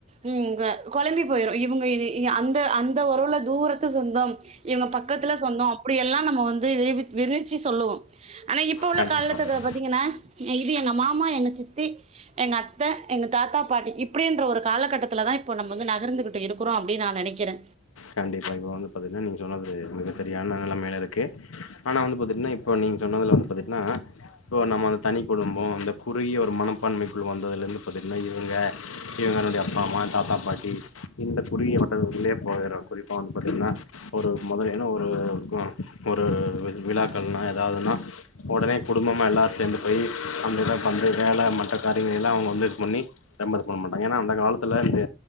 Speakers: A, on the right (about 30°); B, on the left (about 85°).
A: ம் ங்க கொழம்பி போயிரு இவுங்க இது இதி அந்த அந்த ஒறவுல தூரத்து சொந்தம் இவுங்க பக்கத்துல சொந்தோ அப்டியெல்லா நம்ம வந்து விரு விரிச்சி சொல்லுவோ ஆனா இப்ப உள்ள
B: கண்டிப்பா
A: காலத்துக்கு பாத்தீங்கன்னா அ இது எங்க மாமா எங்க சித்தி எங்க அத்த, எங்க தாத்தா, பாட்டி இப்டின்ற ஒரு காலக்கட்டத்துல தா இப்போ நம்ம வந்து நகர்ந்துக்கிட்டு இருக்குறோ அப்டின்னு நா நெனைக்கிறே
B: கண்டிப்பா இப்போ வந்து பாத்தீங்ன்னா நீங்க சொன்னது மிகச்சரியான நெலமைல இருக்கு ஆனா வந்து பாத்தீங்ன்னா இப்போ நீங்க சொன்னதுல வந்து பாத்தீங்ன்னா இப்போ நம்ம வந்து தனி குடும்போ இந்த குறுகிய ஒரு மனப்பான்மைக்குள்ள வந்ததுலர்ந்து பாத்தீங்ன்னா இவுங்க இவுங்களுடைய அப்பா அம்மா தாத்தா பாட்டி இந்த குறுகிய வட்டத்துக்குள்ளயே போயிரு குறிப்பா வந்து பாத்தீங்ன்னா ஒரு மொதல்லினா ஒரு ஒரு விழ் விழாக்கள்னா எதாவ்துன்னா ஒடனே குடும்பமா எல்லா சேந்து போய் அந்த இத பந்து வேல மற்ற காரியங்கள எல்லா அவுங்க வந்து இது பண்ணி ரொம்ப இது பண்ண மாட்டாங்க ஏனா அந்த காலத்துல வந்து